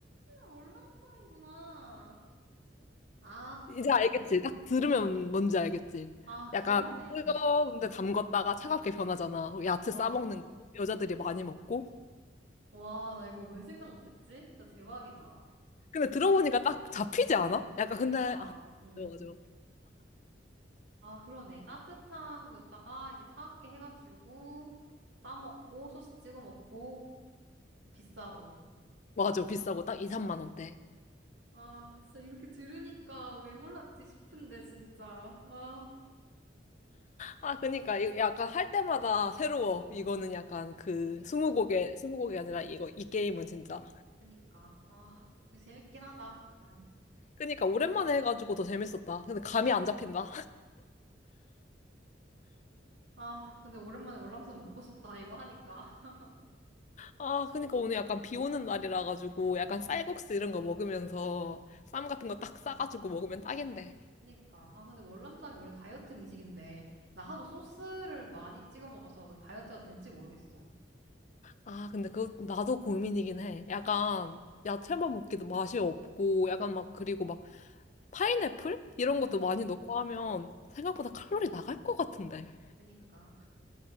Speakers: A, on the right (about 80°); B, on the left (about 40°).
A: 월남쌈이구나 아
B: 이제 알겠지. 딱 들으면 뭔지 알겠지.
A: 아
B: 약간
A: 그러네
B: 뜨거운데 담궜다가 차갑게 변하잖아. 야채
A: 와
B: 싸먹는 거 여자들이 많이 먹고.
A: 와 나 이거 왜 생각 못했지 진짜 대박이다
B: 근데 들어보니까 딱 잡히지 않아? 약간
A: 그니까
B: 근데 아,
A: 음아
B: 맞아. 맞아,
A: 그러네 따뜻한 거였다가 이제 차갑게 해가지고 싸 먹고 소스 찍어 먹고 비싸고
B: 맞아, 비싸고 딱 2, 3만 원대.
A: 아 진짜 이렇게 들으니까 왜 몰랐지 싶은데 진짜 아
B: 아, 그니까 이거 약간 할 때마다 새로워. 이거는 약간 그
A: 그니까
B: 스무고개, 스무고개 아니라 이거 이 게임은 진짜.
A: 그니까. 아, 이거 재밌긴 하다. 아유.
B: 그니까 오랜만에 해가지고 더 재밌었다. 근데 감이 안 잡힌다.
A: 아, 근데 오랜만에 월남쌈 먹고 싶다. 이거 하니까. <laughs>
B: 아, 그러니까 오늘 약간 비 오는 날이라 가지고 약간
A: 음,
B: 쌀국수
A: 음.
B: 이런 거 먹으면서 쌈 같은
A: 그니까.
B: 거 딱 싸가지고 먹으면 딱인데.
A: 그니까. 아, 근데 월남쌈이 원래 다이어트 음식인데, 나 하도 소스를 많이 찍어 먹어서 그게 다이어트가 될지 모르겠어.
B: 아, 근데 그거 나도 고민이긴 해. 약간
A: 그니까.
B: 야채만 먹기도 맛이 없고 약간 막 그리고 막 파인애플 이런
A: 음.
B: 것도 많이 넣고 하면 생각보다
A: 그니까.
B: 칼로리 나갈 것 같은데.
A: 그니까.